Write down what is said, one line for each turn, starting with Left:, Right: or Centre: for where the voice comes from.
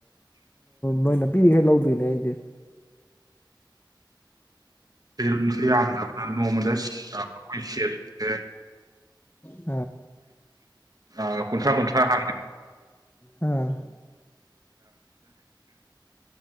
Left: ꯅꯣꯏꯅ ꯄꯤꯔꯤꯈꯩ ꯂꯧꯕꯤꯔꯤ ꯗꯤ
Right: ꯂꯩꯔꯨꯝꯁꯦ ꯌꯥꯝꯗꯕꯗ ꯅꯣꯡꯃꯗ ꯑꯩꯈꯣꯏ ꯁꯦꯠꯁꯦ
Left: ꯎꯝ
Right: ꯑ ꯀꯨꯊꯥ ꯀꯨꯊꯥ ꯍꯥꯏ
Left: ꯑꯝ